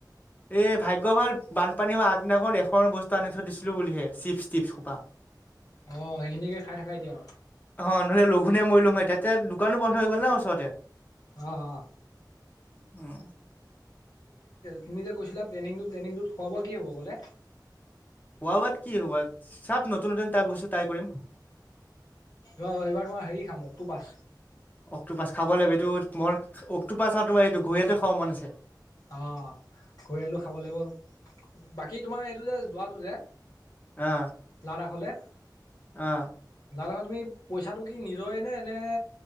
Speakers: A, on the left; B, on the left.
A: এ ভাগ্য ভাল বানপানী হোৱা আগদিনাখন লেখৰ বস্তু আনি থৈ দিছিলো বুলিহে চিপ-টিপ হোপা
B: অ সেইখিনিকে খাই থাকা এতিয়া
A: অ নহলে লঘোনে মৰিলোং হয় তাতে দোকানো বন্ধ হৈ গ'ল না ওচৰতে।
B: অঁ-অঁ
A: হম
B: তুমি যে কৈছিলা প্লেনিংটো-প্লেনিংটোত খোৱা-বোৱা কি হ'ব বোলে।
A: খোৱা-বোৱাত কি হ'ব চব নতুন-নতুন তাই বস্তু ট্ৰাই কৰিম
B: ৰ এইবাৰ মই হেৰি খাম অক্টোপাছ
A: অক্টোপাছ খাব লাগিব এইটো মই অক্টোপাছ তোমাৰ এইটো ঘৰিয়ালটো খাব মন আছে।
B: অ ঘৰিয়ালটো খাব লাগিব বাকী তোমাৰ এইটো যে যোৱাটো যে
A: অ
B: লাডাখ হলে
A: অ
B: লাডাখত তুমি? পইচাটো কি নিজৰে নে